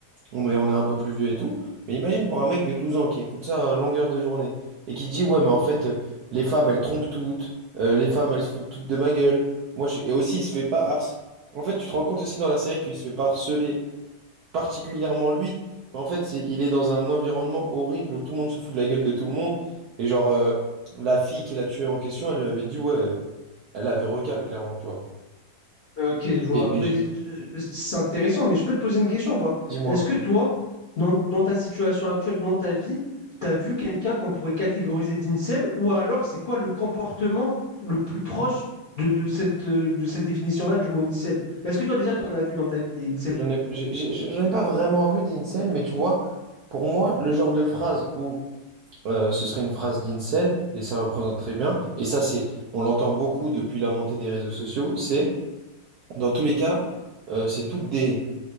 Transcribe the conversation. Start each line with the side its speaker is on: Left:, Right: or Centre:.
Right: on est, on est un peu plus vieux et tout. Mais imagine pour un mec de 12 ans qui écoute ça à longueur de journée et qui dit, ouais, mais en fait, euh, les femmes, elles trompent toutes. Euh, les femmes, elles se foutent toutes de ma gueule. Moi, je suis... Et aussi, il se fait pas harceler. En fait, tu te rends compte aussi dans la série qu'il se fait pas harceler, particulièrement lui. Mais en fait, c'est, il est dans un environnement horrible où tout le monde se fout de la gueule de tout le monde. Et genre, euh, la fille qui l'a tué en question, elle lui avait dit, ouais, euh, elle avait recal, clairement, tu vois.
Left: Euh, Ok, je vois.
Right: Et, mais
Left: Ben,
Right: je-
Left: je- c'est intéressant, mais je peux te poser une question ou pas?
Right: dis-moi.
Left: Est-ce que toi, dans, dans ta situation actuelle, dans ta vie, tu as vu quelqu'un qu'on pourrait catégoriser d'incel, ou alors c'est quoi le comportement le plus proche de cette, euh, de cette définition-là du mot incel? Est-ce que toi déjà, tu en as vu dans ta vie des incels?
Right: J'en ai, j'ai- j'ai- j'en ai pas vraiment vu des incels, mais tu vois, pour moi, le genre de phrase où euh, ce serait une phrase d'incel, et ça représente très bien, et ça, c'est, on l'entend beaucoup depuis la montée des réseaux sociaux, c'est, dans tous les cas, euh, c'est toutes des.